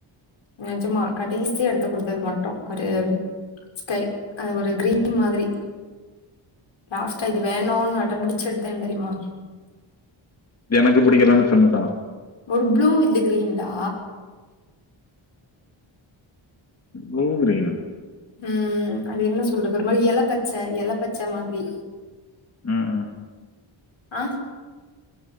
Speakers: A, on the left (about 70°); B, on the left (about 30°).
A: நெஜமா கடைசியா எடுத்து குடுத்தது மட்டு ஒரு ஸ்கை அ ஒரு கிரீன் மாதிரி லாஸ்ட்டா இது வேணுனு அடம் பிடிச்சு எடுத்தே தெரியிமா
B: எனக்கு பிடிக்கலனு சொன்னதா
A: ஒரு ப்ளூ வித்து கிரீன்டா
B: ப்ளூ கிரீனு
A: ம் அது என்ன சொல்றது ஒரு மாரி எலப்பச்ச எல பச்ச மாதிரி
B: ம் ம்
A: ஆ